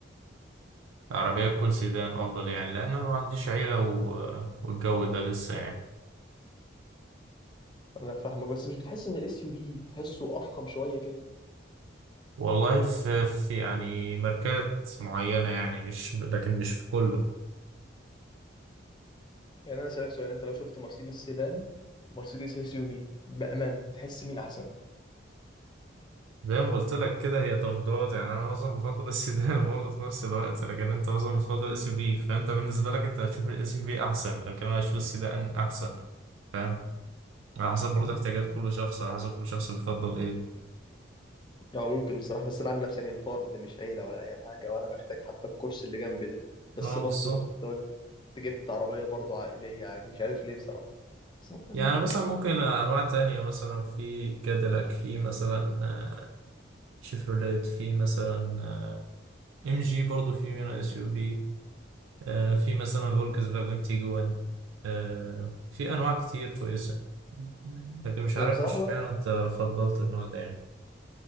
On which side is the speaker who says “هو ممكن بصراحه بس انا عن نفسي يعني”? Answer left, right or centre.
Left